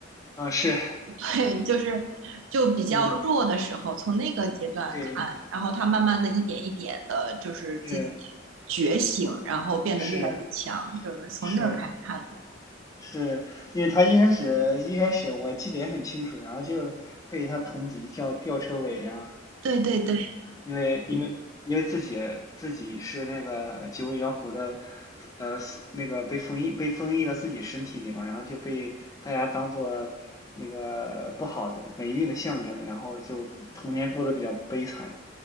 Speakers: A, on the left; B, on the right.
A: 嗯，是，
B: <laughs> 对，就是就比较弱的时候，
A: 嗯，
B: 从那个阶段看，
A: 对，
B: 然后他慢慢的一点一点的，就是自己
A: 是
B: 觉醒，然后变得越来越强，
A: 是。
B: 就是从这儿开始看的。
A: 是是因为他一开始一开始我记得也很清楚，然后就被他同级叫吊车尾，然后
B: 对对对，
A: 因为因为因为自己自己是那个九尾妖狐的，呃，那个被封印被封印到自己身体里嘛，然后就被大家当做那个不好的霉运的象征，然后就童年过得比较悲惨，